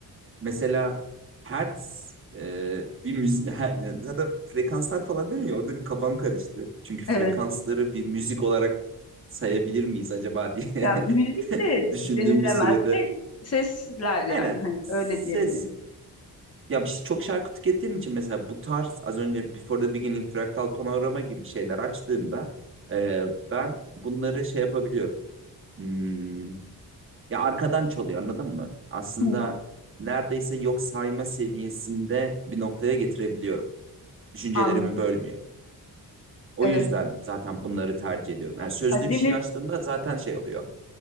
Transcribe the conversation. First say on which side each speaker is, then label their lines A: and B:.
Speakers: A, on the right (about 35°); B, on the left (about 40°).
A: Mesela hertz e, bir müzik <laughs> her, zaten frekanslar falan değil mi? Orada bir kafam karıştı. Çünkü frekansları
B: Evet.
A: bir müzik olarak sayabilir miyiz acaba diye
B: Yani müzik
A: <laughs>
B: de
A: düşündüğüm
B: denilemez.
A: bir sürede.
B: Ses, sesler yani
A: Aynen
B: hani
A: ses
B: öyle diyebiliriz.
A: ya işte çok şarkı tükettiğim için mesela bu tarz az önce Before the Beginning, Fraktal Panorama gibi şeyler açtığımda e, ben bunları şey yapabiliyorum. Hmm, ya arkadan çalıyor anladın mı? Aslında
B: Hı hı.
A: neredeyse yok sayma seviyesinde bir noktaya getirebiliyorum. Düşüncelerimi
B: Anladım.
A: bölmüyor. O
B: Evet.
A: yüzden zaten bunları tercih ediyorum. Yani sözlü
B: Ya dinle
A: bir şey açtığımda zaten şey oluyor.